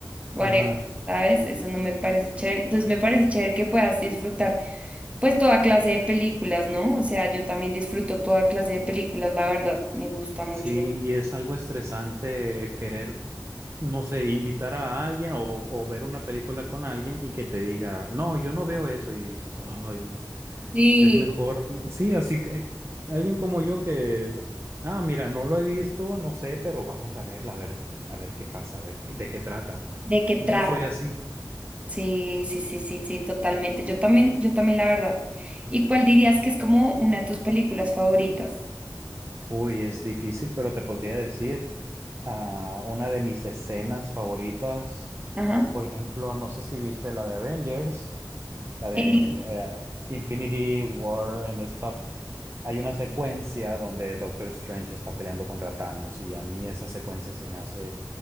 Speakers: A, on the right; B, on the right.
A: whatever,
B: Ajá.
A: ¿sabes? Eso no me parece chévere. Entonces me parece chévere que puedas disfrutar pues toda clase de películas, ¿no? O sea, yo también disfruto toda clase de películas, la verdad, me gusta mucho.
B: Sí, y es algo estresante querer, no sé, invitar a alguien o, o ver una película con alguien y que te diga, no, yo no veo eso y dices, ay, no,
A: Sí,
B: es mejor, sí, así que alguien como yo que, ah, mira, no lo he visto, no sé, pero vamos a verla, a ver, a ver qué pasa, a ver qué- de qué trata.
A: ¿de qué
B: Yo
A: trata?
B: soy así.
A: Sí, sí, sí, sí, sí, totalmente. Yo también, yo también, la verdad. ¿Y cuál dirías que es como una de tus películas favoritas?
B: Uy, es difícil, pero te podría decir, ah, una de mis escenas favoritas,
A: Ajá.
B: por ejemplo, no sé si viste la de Avengers. La de
A: Eh,
B: eh, Infinity War, en esta hay una secuencia donde Doctor Strange está peleando contra Thanos y a mí esa secuencia se me hace